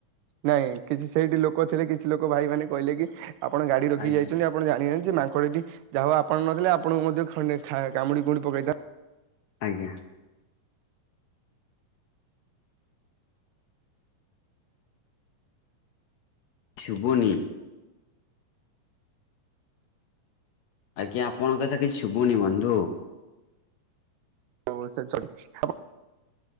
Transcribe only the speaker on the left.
ଆଜ୍ଞା
ଆଜ୍ଞା ଶୁବୁନି ଆଜ୍ଞା ଆପଣଙ୍କ କଥା କିଛି ଶୁଭୁନି ବନ୍ଧୁ